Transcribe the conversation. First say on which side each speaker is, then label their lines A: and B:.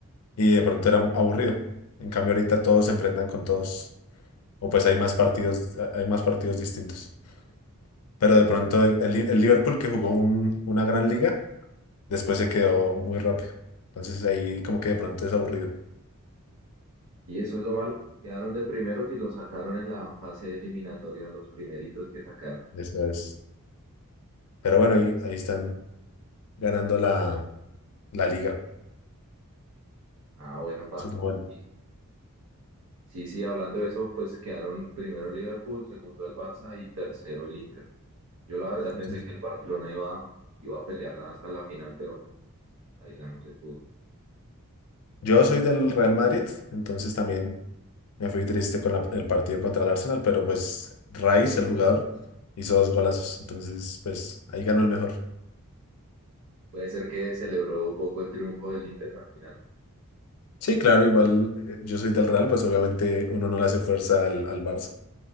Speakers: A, on the left (about 75°); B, on the right (about 85°).
A: y de pronto era aburrido. En cambio ahorita todos se enfrentan con todos o pues hay más partidos, hay más partidos distintos. Pero
B: Y,
A: de pronto el, el Liverpool que jugó un- una gran liga, después se quedó muy rápido. Entonces ahí como que de pronto es aburrido.
B: y eso es lo malo. Quedaron de primeros y lo sacaron en la fase eliminatoria, los primeritos que sacaron.
A: Eso es. Pero bueno, ahí, ahí están ganando la, la liga.
B: Ah, bueno, pa.
A: Eso es lo bueno.
B: Y- Sí, sí, hablando de eso, pues quedaron primero el Liverpool, segundo el Barça y tercero el Inter. Yo la verdad
A: Entonces,
B: pensé que el <laughs> Barcelona iba, iba a pelearla hasta la final, pero ahí la no se pudo.
A: yo soy del Real Madrid, entonces también me fui triste con la- el partido contra el Arsenal, pero pues Rice, el jugador, hizo dos golazos, entonces pues ahí ganó el mejor.
B: Puede ser que celebró un poco el triunfo del Inter al final.
A: Sí, claro, igual eh, yo soy del Real, pues obviamente uno no le hace fuerza al, al Barça,